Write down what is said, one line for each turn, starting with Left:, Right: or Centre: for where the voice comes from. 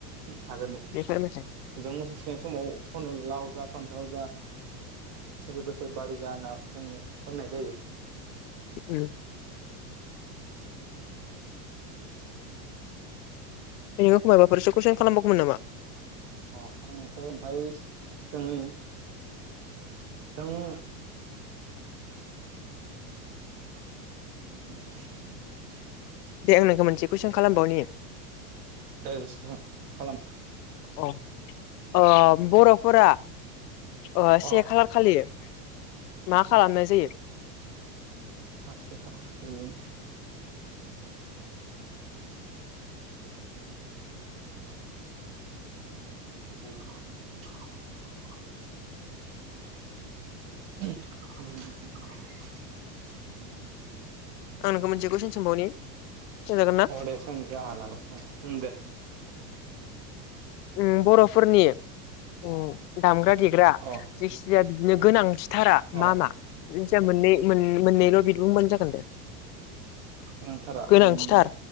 Right: हागोन दे
Left: बे फोरमायनाय
Right: जों मोसौ थुखैनाय समाव खनो लाव जा फान्थाव जा सोलि बोसोर बारि जा होना जों खननाय जायो।
Left: उम नों आंखौ माबाफोरसो कुइसन खालामबावगौमोन नामा?
Right: अ आं नोंखौ बाय जोंनि जों <unintelligible>
Left: दे आं नोंखौ मोनसे कुइसन खालामबावनि
Right: दे सों खालाम
Left: औ ओ बर'फोरा ओ
Right: अ
Left: से खालार खालियो मा खालामनाय जायो?
Right: से खालार खालि <unintelligible> <unintelligible>
Left: आं नोंखौ मोनसे कुइसन सोंबावनि? सोंजागोन ना
Right: अ दे सों इखो हालादे आं उम दे
Left: उम बर'फोरनि उम दामग्रा देग्रा
Right: अ
Left: जिखिजाया बिदिनो गोनांथिथारा
Right: अ
Left: मा मा जिखिजाया मोननै मोन मोनैल बिद बुंबानो जागोन दे?
Right: गोनांथारा
Left: गोनांथिथार
Right: उम